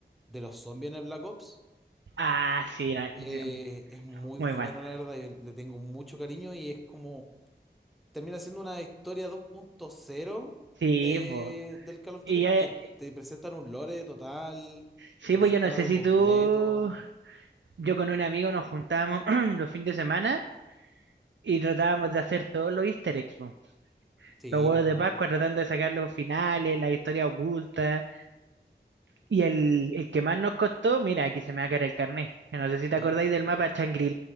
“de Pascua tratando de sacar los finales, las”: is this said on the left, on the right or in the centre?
Right